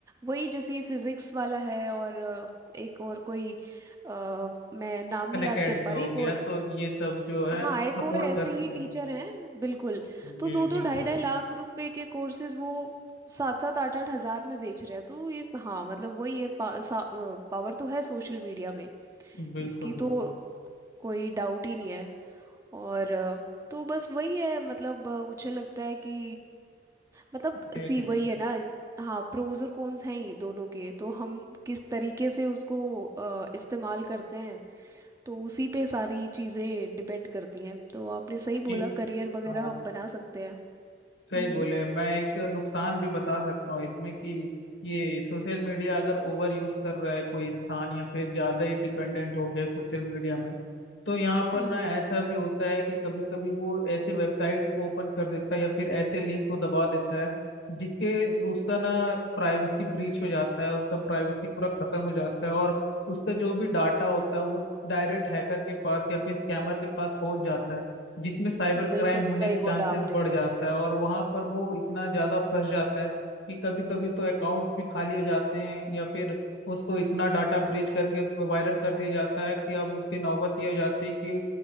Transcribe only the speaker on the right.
वही जैसे ये फिजिक्स वाला है और अ, एक और कोई अ, मैं नाम नहीं
याद
कर पा
रही एक और
हाँ एक
और ऐसे
ही टीचर
हैं बिल्कुल तो
दो दो
ढाई ढाई लाख रुपए के कोर्सेज वो सात सात आठ आठ हजार में बेच रहे हैं तो ये हाँ मतलब वही है पा, सा, अ, पावर तो है सोशल मीडिया में
इसकी
तो कोई डाउट ही नहीं है और अ, तो बस वही है मतलब अ, मुझे लगता है कि मतलब
सी वही है ना हाँ प्रोज और कॉन्स हैं ही दोनों के तो हम किस तरीके से उसको अ, इस्तेमाल करते हैं तो उसी पे सारी चीज़ें डिपेंड करती हैं तो आपने सही
बोला करियर वगैरह
हम बना सकते हैं
हम्म
हम्म
बिल्कुल
सही
बोला आपने